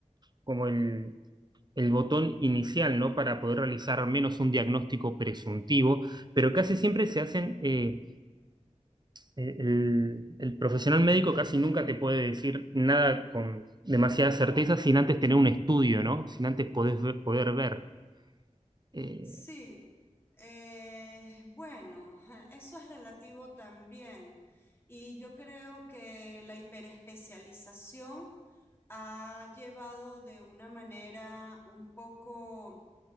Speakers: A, on the right; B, on the left.
A: como el, el botón inicial, ¿no? Para poder realizar al menos un diagnóstico presuntivo, pero casi siempre se hacen... eh, Eh, El, el profesional médico casi nunca te puede decir nada con demasiada certeza sin antes tener un estudio, ¿no? Sin antes podés ver- poder ver. Eh,
B: sí. Eh, bueno, <laughs> eso es relativo también. Y yo creo que la hiperespecialización ha llevado de una manera un poco